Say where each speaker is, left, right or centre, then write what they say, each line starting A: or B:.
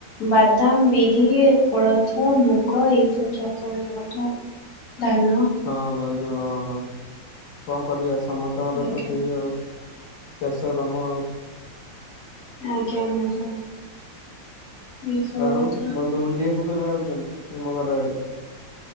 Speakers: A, on the left (about 55°); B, on the left (about 80°).
A: ବାଦାମ ବିରି କୋଳଥ ମୁଗ ଏଇ ସବୁ ଚାଷ ହୁଏ ବନ୍ଧୁ ଆଉ। ଧାନ।
B: ହଁ ବନ୍ଧୁ ହଁ ହଁ କଣ କରି ଆସେ? ସମସ୍ତଙ୍କର
A: ଆଜ୍ଞା
B: ତ ସେଇ ଆଉ ଚାଷ କାମ ଆଉ।
A: ଆଜ୍ଞା ବନ୍ଧୁ। ଏଇ ସବୁ
B: ଆଉ
A: କଥା
B: ବନ୍ଧୁ ବୁଲିିବାକୁ କୁ କେବେ ଆଉଛନ୍ତି ଆମ ଘର ଆଡ଼େ?